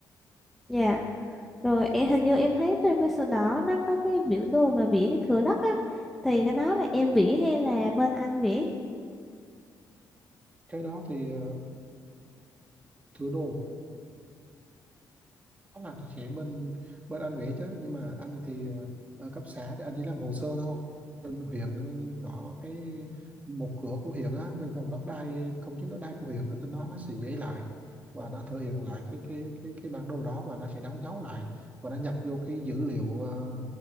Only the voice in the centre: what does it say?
Dạ. Rồi em hình như em thấy trong cái sổ đỏ nó có cái biểu đồ mà vẽ cái thửa đất á. Thì cái đó là em vẽ hay là bên anh vẽ?